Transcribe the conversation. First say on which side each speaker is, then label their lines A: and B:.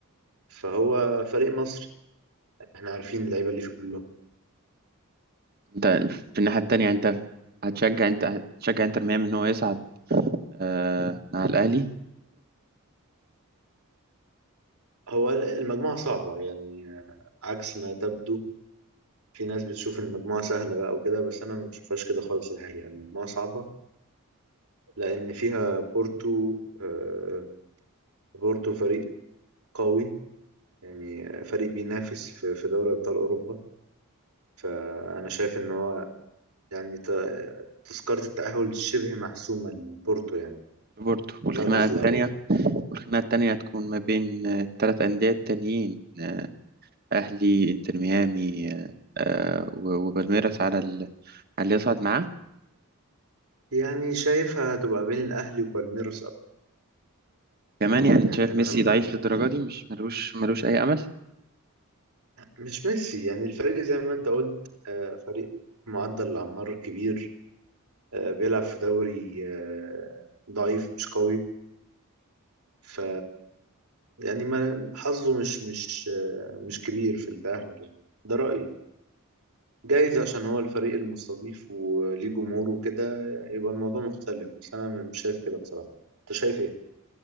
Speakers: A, on the right; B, on the right.
A: فهو فريق مصر احنا عارفين اللعيبة اللي فيه كلهم
B: أنت في الناحية التانية أنت هتشجع أنت هتشجع إنتر ميامي إن هو يصعد آه، مع الأهلي
A: هو المجموعة صعبة يعني عكس ما تبدو في ناس بتشوف المجموعة سهلة بقى وكده بس أنا ما بشوفهاش كده خالص الحقيقة المجموعة صعبة لأن فيها بورتو آه، بورتو فريق قوي يعني فريق بينافس في في دوري أبطال أوروبا فأنا شايف إن هو يعني ت- تذكرة التأهل شبه محسومة لبورتو يعني
B: لبورتو والخناقة
A: المركز
B: التانية
A: الأول
B: والخناقة التانية هتكون ما بين آه، التلات أندية التانيين آه، أهلي إنتر ميامي آه، و- وبالميراس على ال... على اللي يصعد معاه
A: يعني شايفها هتبقى بين الأهلي وبالميروس أوي
B: كمان يعني
A: يعني
B: أنت شايف
A: أنا
B: ميسي
A: ما
B: ضعيف للدرجة دي مش ملوش ملوش أي أمل
A: مش ميسي يعني الفريق زي ما أنت قلت آه، فريق معدل الأعمار كبير آه، بيلعب في دوري آه، ضعيف مش قوي ف يعني ما حظه مش مش آه، مش كبير في التأهل يعني ده رأيي جايز عشان هو الفريق المستضيف وليه جمهور وكده يبقى الموضوع مختلف بس أنا مش شايف كده بصراحة أنت شايف إيه؟